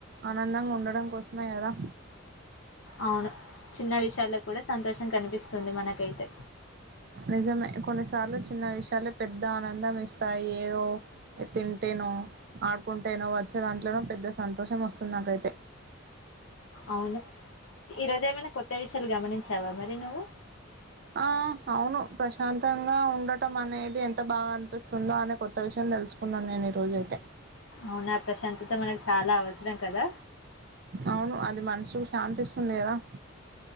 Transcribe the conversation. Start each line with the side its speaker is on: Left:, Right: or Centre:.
Right: ఆనందంగా ఉండడం కోసమే కదా
Left: అవును చిన్న విషయాల్లో కూడా సంతోష కనిపిస్తుంది మనకైతే
Right: నిజమే కొన్నిసార్లు చిన్న విషయాాల పెద్ద ఆనందం ఇస్తాయి ఏదో తింటేనో ఆడుకుంటేనో వచ్చే దాంట్లోన పెద్ద సంతోషం వస్తుంది నాకైతే
Left: అవును ఈరోజు ఏమైనా కొత్త విషయాలు గమనించావా మరి నువ్వు
Right: ఆ అవును ప్రశాంతంగా ఉండటం అనేది ఎంత బాగా అనిపిస్తుందో అనే కొత్త విషయం తెలుసుకున్నాను నేను రోజయితే
Left: అవునా ప్రశాంతత మనకి చాలా అవసరం కదా
Right: అవును అది మనసుకు శాంతిస్తుంది కదా